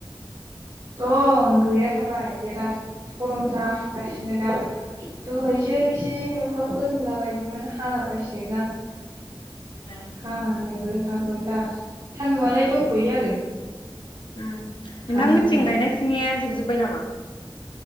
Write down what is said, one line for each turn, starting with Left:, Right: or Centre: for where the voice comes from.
Right: दं गैयाथाब बाय बेराद गरम जाफुगासिनो दा दहायसो एसे अखा खोरोमलाबायदोंमोन हाला बायसिगोनदां।
Left: ए
Right: हानोबो हौगौ दा सानदुंआलाय दंथ'यो आरो।
Left: उम। नोंथांमोनथिं
Right: हाहां जादों
Left: गायनाय फुनाया जोबजोब जोबाय नामा?